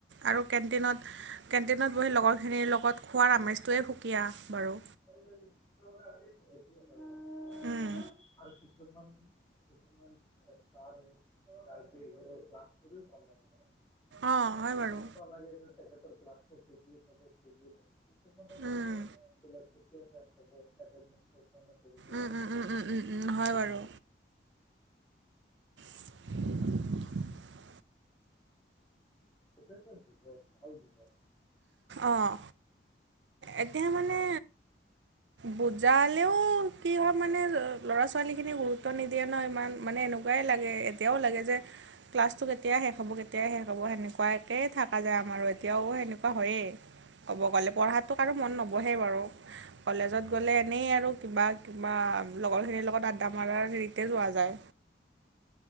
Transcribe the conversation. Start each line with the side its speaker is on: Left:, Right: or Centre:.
Right: আৰু কে কেণ্টিনত কেণ্টিনত বহি লগৰখিনিৰ লগত খোৱাৰ আমেজটোৱেই সুকীয়া বাৰু।
Left: <unintelligible> সেইটোয়ে হয়
Right: উম।
Left: <unintelligible> আৰু কিছুমান কিছুমান ছাৰে <unintelligible> ক্লাছ কৰিও ভাল লাগে ন'।
Right: অঁ, হয় বাৰু
Left: এনেকুৱা লাগে যেন তেখেতৰ ক্লাছটো পঢ়িয়ে থাকো পঢ়িয়ে থাকো। কিছুমানে কওঁ
Right: উম,
Left: বোলে কেতিয় শেষ হ'ব এডমিনষ্ট্ৰেশ্যন কৰিব
Right: উম,
Left: লাগে।
Right: উম, উম, উম, উম, উম, হয় বাৰু। <unintelligible>
Left: সেইটো এটা জীৱন ভাল জীৱন।
Right: অহ, এতিয়া মানে বুজালেও কি হয় মানে ল'ৰা-ছোৱালীখিনিয়ে গুৰুত্ব নিদিয়ে ন' ইমান, মানে এনেকুৱা এনেকুৱাই লাগে, এতিয়াও লাগে যে ক্লাছটো কেতিয়াই শেষ হ'ব কেতিয়াই শেষ হ'ব সেনেকুৱাই। তাকেই থকা যায় আমাৰ এতিয়াও সেনেকুৱা হয়েই ক'ব গ'লে, পঢ়াটো কাৰো মন নবহেই বাৰু। কলেজত গ'লে এনেই আৰু কিবা-কিবা লগৰখিনিৰ লগত আড্ডা মৰাৰ হেৰিতে যোৱা যায়।